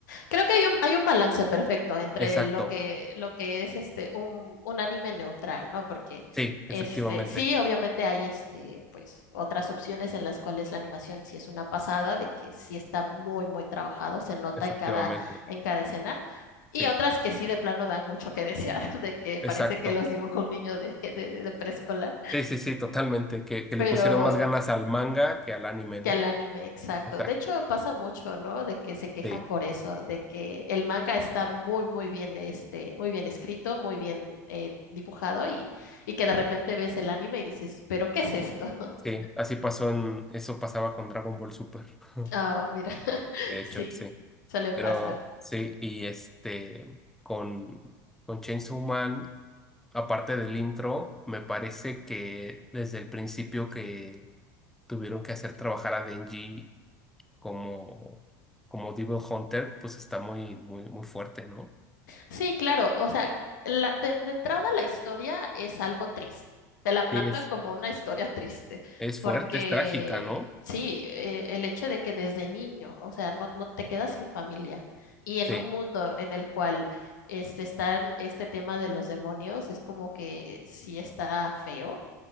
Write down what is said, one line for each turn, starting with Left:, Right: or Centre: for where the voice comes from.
Left: Creo que hay un, hay un balance perfecto entre
Centre: exacto.
Left: lo que, lo que es este un, un anime neutral, ¿no? Porque
Centre: Sí, efectivamente,
Left: este, sí, obviamente hay este, pues, otras opciones en las cuales la animación sí es una pasada, de que sí está muy, muy trabajado, se nota
Centre: efectivamente,
Left: en cada, en cada escena,
Centre: sí,
Left: y otras que sí de plano dan mucho que desear, <laughs> de que
Centre: exacto.
Left: parece que los dibujó un niño de, de, de preescolar.
Centre: Sí, sí, sí, totalmente, que, que
Left: Pero,
Centre: le pusieron más ganas al manga que al anime,
Left: Que
Centre: ¿no?
Left: al anime, exacto.
Centre: Exacto.
Left: De hecho, pasa mucho, ¿no? De que se quejan
Centre: Sí,
Left: por eso, de que el manga está muy, muy bien, este, muy bien escrito, muy bien eh, dibujado y, y que de repente ves el anime y dices, ¿pero qué es esto? <laughs>
Centre: sí, así pasó en, eso pasaba con Dragon Ball Super, <laughs>
Left: Ah, mira, <laughs>
Centre: de hecho,
Left: sí,
Centre: sí.
Left: suele
Centre: Pero
Left: pasar.
Centre: sí, y este, con, con Chainsaw Man, aparte del intro, me parece que desde el principio que tuvieron que hacer trabajar a Denji como, como Devil Hunter, pues está muy, muy, muy fuerte, ¿no?
Left: Sí, claro, o sea, la- de, de entrada la historia es algo triste, te la plantan
Centre: Sí, es,
Left: como una historia triste,
Centre: es
Left: porque
Centre: fuerte, es trágica, ¿no?
Left: sí, eh, el hecho de que desde niño, o sea, no, no te quedas sin familia y en
Centre: Sí,
Left: un mundo en el cual este, están este tema de los demonios, es como que sí está feo,